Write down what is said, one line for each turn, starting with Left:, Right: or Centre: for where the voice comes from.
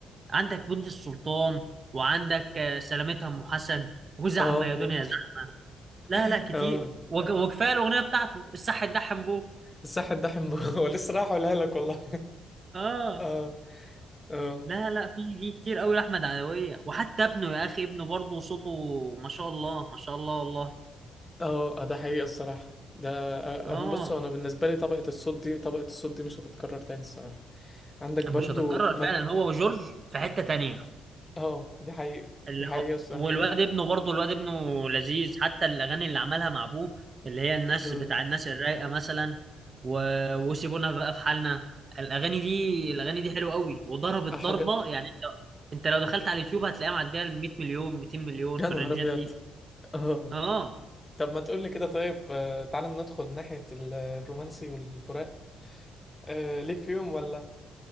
Right: عندك بنت السلطان وعندك آه، سلامتها ام حسن وزحمة
Left: اه
Right: يا دنيا
Left: يلا
Right: زحمة لا
Left: <laughs>
Right: لا كتير
Left: اه
Right: وج- وكفايه الاغنية بتاعته الصح الدحم بو
Left: الصح الدحم <laughs> هو لسه راح اقولها لك والله
Right: اه
Left: <laughs> اه اه
Right: لا لا في في كتير قوي لاحمد عدوية وحتى ابنه يا اخي ابنه برضه صوته ما شاء الله ما شاء الله والله
Left: اه آه، ده حقيقة الصراحة ده آه،
Right: اه
Left: آه، بص هو انا بالنسبة لي طبقة الصوت دي طبقة الصوت دي مش هتتكرر تاني الصراحة عندك برضو
Right: مش هتتكرر
Left: ما
Right: فعلا هو وجورج في حتة تانية
Left: اه دي حقيقة
Right: اللي
Left: دي حقيقة
Right: هو
Left: الصراحة
Right: والواد ابنه برضه الواد ابنه لذيذ حتى الأغاني اللي عملها مع أبوه اللي هي الناس
Left: اه
Right: بتاع الناس الرايقة مثلا و... وسيبونا بقى في حالنا الأغاني دي الأغاني دي حلوة قوي وضربت
Left: آه،
Right: ضربة
Left: حاجات
Right: يعني أنت أنت لو دخلت على اليوتيوب هتلاقيها معدية ال 100 مليون 200 مليون
Left: يا
Right: في
Left: نهار
Right: الرنجات
Left: أبيض
Right: دي
Left: اه
Right: أه
Left: طب ما تقول لي كده طيب آه، تعالى ندخل ناحية ال- الرومانسي والفراق أه ليك فيهم ولا